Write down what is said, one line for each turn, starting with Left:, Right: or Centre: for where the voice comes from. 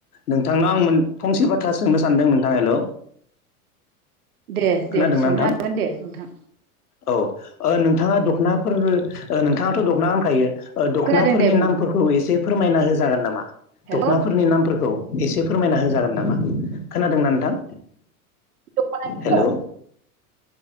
Left: नोंथांनाव आं मोन फंसे बाथ्रा सोंनो सानदों नोंथां हेल'
Right: दे
Left: खोनादोंना
Right: दे सोंनो
Left: नोंथां
Right: हागोन दे नोंथां
Left: औ नोंथाङा दख'ना फोर ओ नोंथाङाथ' दख'ना गानखायो ओ दख'नाफोरनि
Right: खोनादों दे बुं
Left: नामफोरखौ एसे फोरमायना होजागोन नामा
Right: हेल'
Left: दख'नाफोरनि नामफोरखौ एसे फोरमायना होजागोन नामा खोनादोंना नोंथां
Right: दख'नानिखौ
Left: हेल'